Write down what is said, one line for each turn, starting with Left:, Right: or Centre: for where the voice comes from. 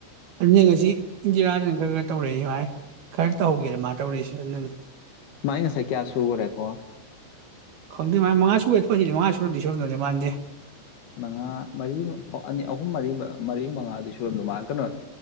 Right: ꯑꯗꯨꯅꯦ ꯉꯁꯤ ꯏꯟꯖꯤꯔꯥꯗꯅ ꯈꯔ ꯈꯔ ꯇꯧꯔꯛꯏ ꯃꯥꯏ ꯀꯔꯤ ꯇꯧ ꯍꯧꯒꯦꯔꯦ ꯃꯥꯥ ꯇꯧꯔꯤꯁꯤ ꯅꯅꯤ
Left: ꯃꯥꯥꯏ ꯉꯁꯥꯏ ꯀꯌꯥ ꯁꯨꯒꯔꯦꯀꯣ
Right: ꯈꯪꯗꯦ ꯃꯥꯥꯏ ꯃꯉꯥ ꯁꯨꯔꯦ ꯊꯣꯛꯍꯥꯏꯖꯤꯜꯂꯤ ꯃꯉꯥ ꯁꯨꯔꯝ ꯁꯨꯔꯝꯗꯧꯗꯤ ꯃꯥꯟꯗꯦ
Left: ꯃꯉꯥ ꯃꯔꯤ ꯑꯅꯤ ꯑꯍꯨꯝ ꯃꯔꯤ ꯃꯔꯤ ꯃꯉꯥꯗꯤ ꯁꯣꯏꯕꯝꯗꯣ ꯃꯥ ꯀꯩꯅꯣ